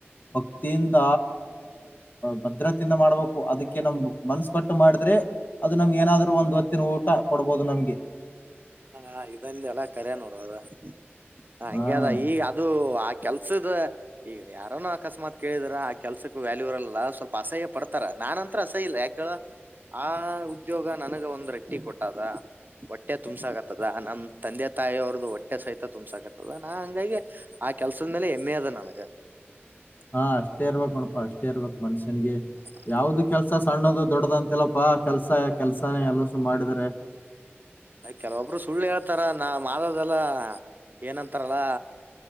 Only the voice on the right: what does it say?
ಹ ಇದಂದ್ಯಲ್ಲ ಕರೆ ನೋಡ್ ಅದು ಹಂಗ್ಯೆ
ಅದ ಈಗ ಅದು ಆ ಕೆಲ್ ಲ್ಸ್ದ್ ಈಗ ಯಾರನು ಅಕಸ್ಮಾತ್ ಕೇಳಿದರ ಆ ಕೆಲ್ಸಕ್ ವ್ಯಾಲ್ಯೂ ಇರಲ್ಲ ಸ್ವಲ್ಪ ಅಸಹ್ಯ ಪಡ್ತಾರ ನಾನು ನಂತ್ರ ಅಸಹ್ಯಯಿಲ್ಲೆ ಯಾಕೇಳು ಆ ಉದ್ಯೋಗ ನನಗ ಒಂದ್ ರಟ್ಟಿ ಕೊಟ್ಟದ ಹೊಟ್ಟೆ ತುಂಬ್ಸ ಆಕತ್ತದ ನಮ್ಮ್ ತಂದೆ ತಾಯಿಯ ಅವ್ರ್ದ ಹೊಟ್ಟೆ ಸಹಿತ ತುಂಬ್ಸ ಆಕತ್ತದ ನಾ ಹಂಗಾಗಿ ಆ ಕೆಲ್ಸದ ಮೇಲೆ ಹೆಮ್ಮೆಯಿದ ನನಗ.
ಮತ್ತ
ಕೆಲವೊಬ್ರು ಸುಳ್ಳು ಹೇಳ್ತಾರ ನಾ ಮಾಡೋದೆಲ್ಲಾ. ಏನಂತಾರಲ್ಲ.